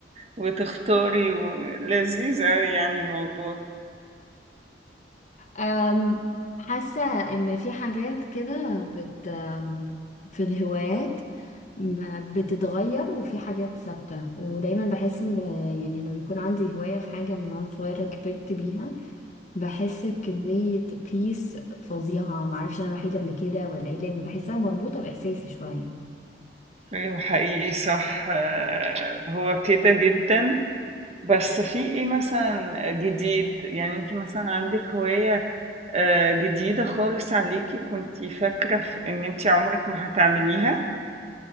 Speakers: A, on the right (about 35°); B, on the left (about 45°).
A: وتختاري و- لذيذ اوي يعني الموضوع
B: أم حاسه ان في حاجات كده بت أم، في الهوايات م- بتتغير وفي حاجات ثابته ودايما بحس ان يعني لما بيكون عندي هوايه في حاجه من وانا صغيره كبرت بيها بحس بكمية بيس فظيعة معرفش أنا الوحيدة اللي كده ولا إيه لأن بحسها مربوطة بإحساسي شوية
A: ايوه حقيقي صح آه، هو كده جدا بس في ايه مثلا جديد يعني انت مثلا عندك هواية آه، جديدة خالص عليكي كنتي فاكرة في ان انت عمرك ما هتعمليها